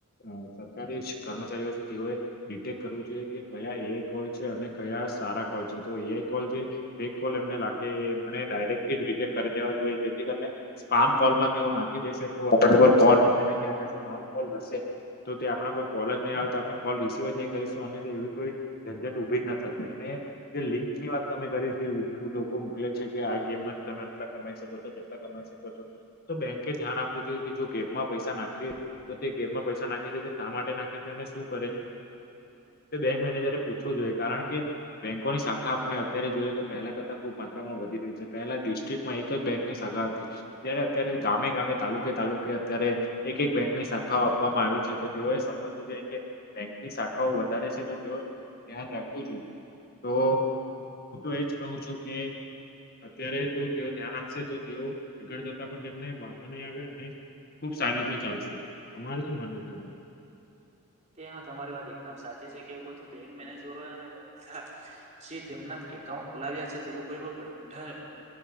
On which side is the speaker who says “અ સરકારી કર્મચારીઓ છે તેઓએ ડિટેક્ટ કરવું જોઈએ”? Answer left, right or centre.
Left